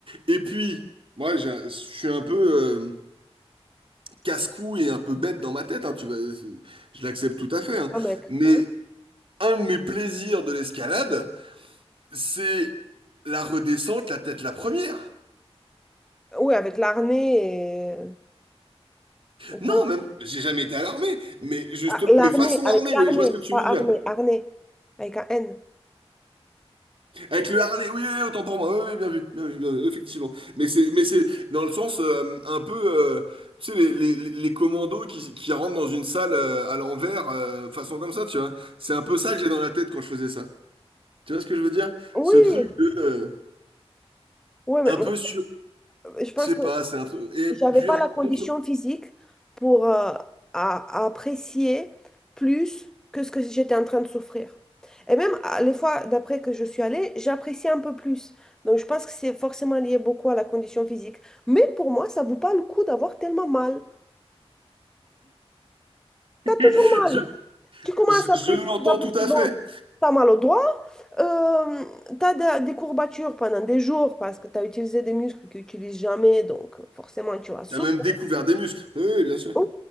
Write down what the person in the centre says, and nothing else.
ah, mec.
Ouais.
Oui, avec l'arnais et... ou
comment-
Ah, L'arnais,
avec
l'arnais,
pas
armée,
arnais, avec un N.
Oui,
oui,
Ouais, mais
moi,
je pense
que
J'avais
pas
la condition
physique pour euh, à- à apprécier plus que ce que j'étais en train de souffrir. Et même à- les fois d'après que je suis allée, j'appréciais un peu plus. Donc je pense que c'est forcément lié beaucoup à la condition physique. Mais pour moi, ça vaut pas le coup d'avoir tellement mal.
T'as toujours mal. Tu commences
à
apprécier,
tu vas plus
souvent.
T'as mal au doigt, euh, t'as de- des courbatures pendant des jours parce que t'as utilisé des muscles que tu n'utilises jamais, donc forcément tu as souffert.
Oui,